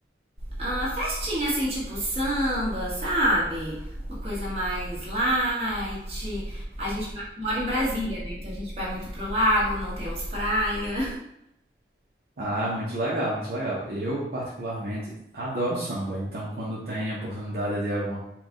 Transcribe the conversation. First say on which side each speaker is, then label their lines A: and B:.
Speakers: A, on the right (about 35°); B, on the right (about 60°).
A: ah, festinha assim, tipo samba, sabe? Uma coisa mais light. A gente vai- mora em Brasília, né? Então a gente vai muito pro lago, não temos praia.
B: ah, muito legal, muito legal. Eu, particularmente, adoro samba. Então, quando tem a oportunidade de alguma,